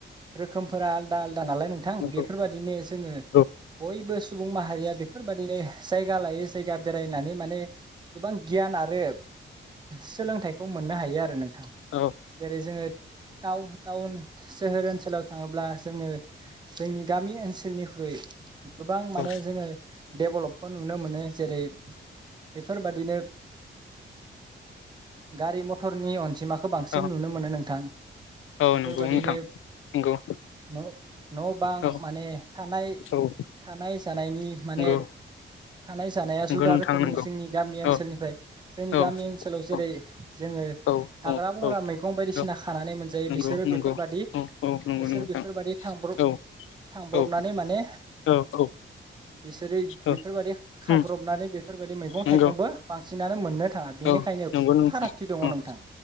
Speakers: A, on the right; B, on the left.
A: <inaudible> रोखोमफोरा आलदा आलदा नालाय नोंथां
B: नंगौ
A: बेफोर बायदिनो जोङो
B: औ
A: बयबो सु सुबुं माहारिया बिफोर बायदिनो जायगा लायोस जायगा बेरायनानै माने गोबां गियान आरो सोलोंथाइखौ मोननो हायो आरो नोंथाङा
B: औ औ
A: जेरै जोङो टा-टाउन सोहोर ओनसोलाव थाङोब्ला जोङो जोंनि गामि ओनसोलनिख्रुइ गोबां माने
B: औ नंगौ औ
A: जोङो डेभलपखौ नुनो मोनो जेरै बेफोरबादिनो गारि मथरनि अन जिमा खौ बांसिन
B: औ
A: नुनो मोनो नोंथां बेफोरबादिनो
B: नंगौ नोंथां नंगौ
A: न' न' बां
B: औ
A: माने थानाय
B: औ
A: थानाय जानायनि माने
B: नंगौ
A: थानाय जानाया
B: नंगौ
A: जुदा
B: नोंथां
A: रोखोमनि
B: नंगौ
A: जोंनि गामि ओनसोलनिफ्राय
B: औ
A: जोंनि
B: औ
A: गामि ओनसोलाव जेरै
B: औ
A: जोङो
B: औ
A: हाग्रा
B: औ
A: बंग्रा
B: औ
A: मैगं बायदिसिना
B: औ
A: खानानै मोनजायो
B: नंगौ
A: बिसोरो
B: नंगौ
A: बेफोरबादि
B: औ औ नंगौ
A: बिसोर
B: नोंथां
A: बेफोरबादि थांब्रब
B: औ
A: थांब्रबनानै
B: औ
A: माने
B: औ औ
A: बिसोरो बेफोरबादि
B: औ
A: खाब्रबनानै
B: उम
A: बेफ बेफोरबायदि मैगं
B: नंगौ
A: थाइगंबो बां बांसिनानो मोननो थाङा बेनिखायनो
B: औ नंगौ नोंथां
A: फारागथि दङ
B: औ
A: नोंथां